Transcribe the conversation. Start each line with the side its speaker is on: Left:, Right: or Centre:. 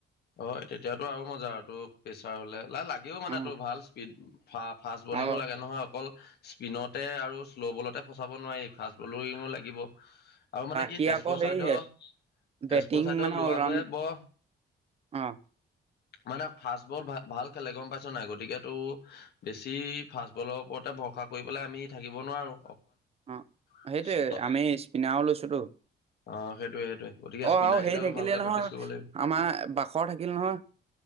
Left: হয় তেতিয়াতো আৰু মজা আৰু তোৰ প্ৰেছাৰ হলে লাই লাগেও মানে
Right: অ
Left: তোৰ ভাল স্পীড ফা ফাষ্ট বলিঙো
Right: আৰু
Left: লাগে নহয় অকল স্পিনতে আৰু শ্ল' বলতে ফচাব নোৱাৰি ফাষ্ট বলোো লাগিব আৰু মানে কি
Right: সি
Left: তেজপুৰ
Right: আকৌ সেয়ে
Left: চাইদৰ
Right: বেটিং
Left: তেজপত চাইদ
Right: মানে
Left: লোৱাব
Right: অলৰাউণ্ড
Left: বৰ
Right: অ
Left: মানে ফাষ্টবল ভ ভাল খেলে গম পাইছ নাই গতিক তটো বেছি ফাষ্টবলৰ ওপৰত তে ভৰসা কৰি পেলাই আমি থাকিব নোৱাৰোঁ
Right: অ
Left: অকণমান
Right: সেইটোয়ে আমি স্পিনাৰ লৈছোতো
Left: অ সেইটোৱে সেইটোৱে গতিকে
Right: অ
Left: স্পিনাৰ
Right: আৰু
Left: কেইটাও
Right: ইৰি থাকিলে
Left: ভালকে প্ৰেক্টিচ
Right: নহয়
Left: কৰিব লাগিব।
Right: আমাৰ বাখৰ থাকিল নহয়